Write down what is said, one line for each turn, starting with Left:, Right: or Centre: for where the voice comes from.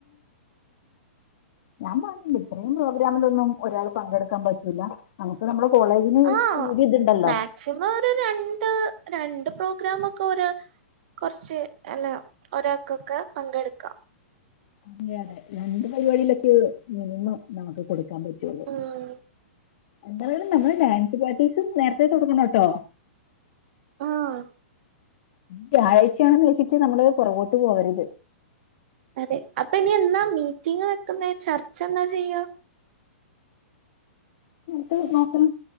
Left: ഞാൻ പറഞ്ഞില്ലേ ഇത്രയും പ്രോഗ്രാമിലൊന്നും ഒരാൾ പങ്കെടുക്കാൻ പറ്റൂല നമുക്ക് നമ്മുടെ കോളേജിന്
Right: ആഹ്
Left: ഒരു ഇതുണ്ടല്ലോ
Right: മാക്സിമം ഒരു രണ്ട് രണ്ട് പ്രോഗ്രാമൊക്കെ ഒരാ കുറച്ച് അല്ല ഒരാൾക്കൊക്കെ പങ്കെടുക്കാം
Left: അതെ അതെ രണ്ട് പരിപാടിയിലൊക്കെ മിനിമം നമുക്ക് കൊടുക്കാൻ പറ്റുള്ളൂ
Right: ഉം
Left: എന്തായാലും നമ്മള് ഡാൻസ് പാർട്ടീസും നേരത്തെ തുടങ്ങണം ട്ടോ
Right: ആഹ്
Left: വ്യാഴാഴ്‌ചയാണന്ന് വെച്ചിട്ട് നമ്മള് പുറകോട്ട് പോകരുത്
Right: അതെ അപ്പൊ ഇനി എന്നാ മീറ്റിംഗ് വെക്കുന്നേ ചർച്ച എന്നാ ചെയ്യുക
Left: ട്ട് നോക്കാം